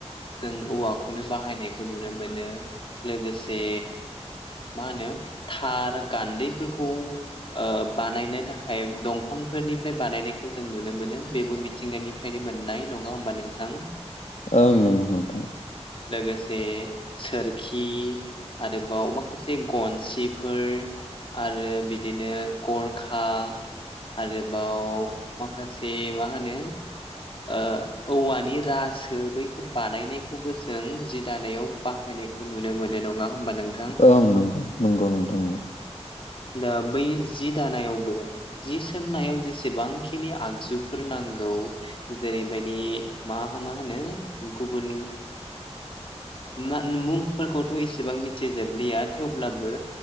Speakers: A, on the left (about 50°); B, on the left (about 75°).
A: जों औवाखौनो बाहायनायखौ नुनो मोनो लोगोसे मा होनो थार गानदैफोरखौ ओ बानायनो थाखाय दंफांफोरनिफ्राय बानायनायखौ जों नुनो मोनो बेबो मि थिंगानिफ्रायनो मोननाय नङा होमबा नोंथां
B: ओं नंगौ नोंथां
A: लोगोसे सोरखि आरोबाव माखासे गनसिफोर आरो बिदिनो गरखा आरोबाव माखासे मा होनो ओ औवानि राज सो बैफोर बानायनायखौबो जों जि दानायाव बाहायनायखौ नुनो मोनो नङा होमबा नों
B: ओं नंगौ नंगौ नोंथां नंगौ
A: दा बै जि दानायावबो जि सोंनायाव जेसेबांखिनि आगजुफोर नांगौ जेरैबायदि मा मा होनो गुबुन मा मुंफोरखौथ' एसेबां मिथिजोबलिया थेवब्लाबो